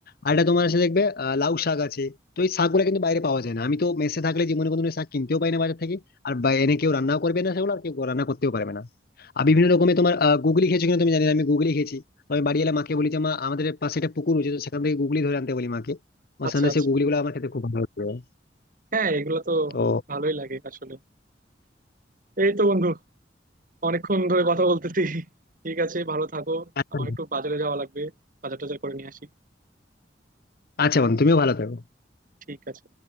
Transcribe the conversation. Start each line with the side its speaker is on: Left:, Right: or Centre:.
Left: আর এটা তোমার সাথে দেখবে আহ, লাউ শাক আছে তো এই শাকগুলো কিন্তু বাইরে পাওয়া যায় না আমি তো মেসে থাকলে জীবনে কোনো দিন শাক কিনতেও পাই না বাজার থেকে আর বা- এনে কেউ রান্নাও করবে না সেগুলো আর কেউ রান্না করতেও পারবে না আর বিভিন্ন রকমের তোমার আহ, গুগলি খেয়েছো কিনা তুমি জানি না আমি গুগলি খেয়েছি তো আমি বাড়ি এলে মাকে বলি যে মা আমাদের পাশে একটা পুকুর রয়েছে তো সেখান থেকে গুগলি ধরে আনতে বলি মাকে আমার
Right: আচ্ছা
Left: সঙ্গে
Right: আচ্ছা
Left: সেই গুগলি গুলো আমার খেতে খুব ভালো লাগে
Right: হ্যাঁ এগুলো তো
Left: তো
Right: ভালোই লাগে আসলে এই তো বন্ধু অনেকক্ষণ ধরে কথা বলতেছি ঠিক আছে ভালো থাকো
Left: আচ্ছা
Right: আমার একটু বাজারে যাওয়া লাগবে বাজার টাজার করে নিয়ে আসি
Left: আচ্ছা বোন তুমিও ভালো থাকো
Right: ঠিক আছে